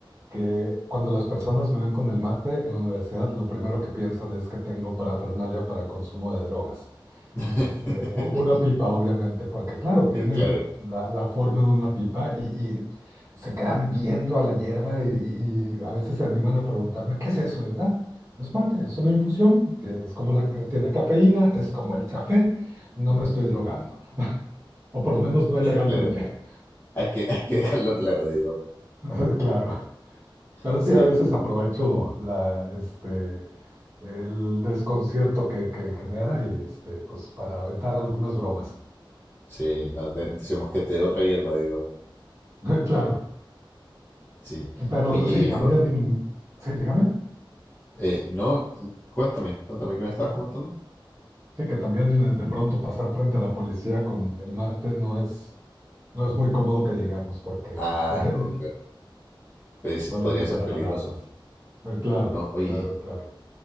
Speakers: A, on the right; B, on the left.
A: que cuando las personas me ven con el mate en la universidad, lo primero que piensan es que tengo parafernalia para consumo de drogas.
B: <laughs>
A: Este, u- una pipa, obviamente, porque claro, tiene
B: Claro,
A: la, la forma de una pipa y, y se quedan viendo a la hierba y, y- y a veces se animan a preguntarme, ¿qué es eso? Y, "Ah, no es mate, es una infusión, es como la que tiene cafeína, es como el café, no me estoy drogando, <laughs> o por lo menos no ilegalmente,
B: claro. Hay que, hay que dejarlo claro, digamos.
A: <laughs> claro. Pero
B: Sí,
A: sí, a veces aprovecho la, este, el desconcierto que, que genera y este, pues para aventar algunas bromas,
B: sí, no, de- decimos que este es de otra hierba, digamos.
A: <laughs> claro.
B: Sí.
A: Pero
B: Oye,
A: sí, también,
B: Jorge,
A: sí, dígame.
B: eh, no, cuéntame, cuéntame qué me estabas comentando.
A: Sí, que también eh, de pronto pasar frente a la policía con el mate no es, no es muy cómodo que digamos, porque
B: Ah,
A: este,
B: no, claro.
A: <laughs>
B: Pues
A: suele
B: podría
A: disparar
B: ser peligroso.
A: alarmas. Eh, Claro,
B: No, oye,
A: claro, claro.